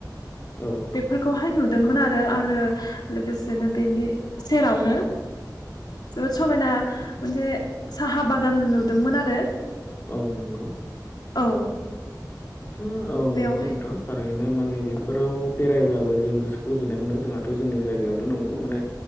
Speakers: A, on the left; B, on the left.
A: औ
B: बेफोरखौहाय नुदों मोन आरो आरो लोगोसेनो बेनि सेरावनो जोबोद समायना मोनसे साहा बागान नुदोंमोन आरो।
A: औ नंगौ
B: औ
A: नोंथां औ
B: बेवहाय
A: नंगौ नोंथां थार बिनो माने बेफोराव बेरायब्लाबो जों गोसोखौ गोजोननाय मोनो जोंहाथ जोंनि जायगायावनो नंगौ माने